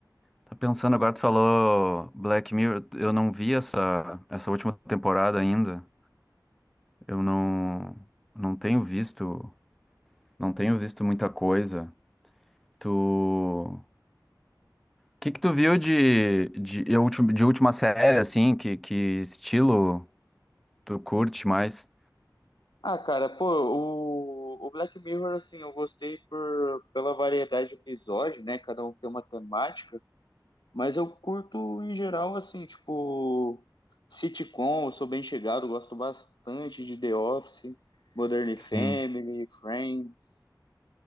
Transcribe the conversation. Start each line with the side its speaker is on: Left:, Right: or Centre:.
Centre: Tá pensando agora, tu falou Black Mirror. Eu não vi essa, essa última temporada ainda. Eu não, não tenho visto, não tenho visto muita coisa. Tu, o que que tu viu de, de, de última de última série, assim? Que, que estilo tu curte mais?
Left: Ah, cara, pô, o, o Black Mirror, assim, eu gostei por, pela variedade de episódio, né? Cada um tem uma temática, mas eu curto em geral, assim, tipo, sitcom, eu sou bem chegado, gosto bastante de The Office, Modern
Centre: Sim.
Left: Family, Friends,